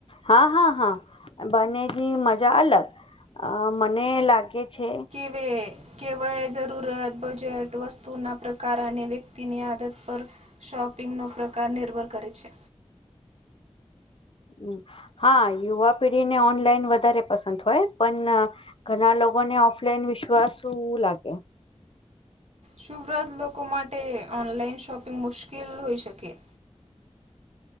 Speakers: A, on the left; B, on the right.
A: હા, હા, હા. બંને ની મજા અલગ. અહીં મને લાગે છે.
B: બે કેવાય જરૂરત બજેટ વસ્તુ ના પ્રકાર અને વ્યક્તિની આદત પર શોપિંગનો પ્રકાર નિર્ભર કરે છે.
A: હમ્મ, હા, યુવા પેઢીને ઓનલાઈન વધારે પસંદ હોય. પણ ઘણા લોકોને ઓફલાઈન વિશ્વાસું લાગે.
B: શુવ્રત લોકો માટે ઓનલાઇન શોપિંગ મુશ્કેલ હોઈ શકે.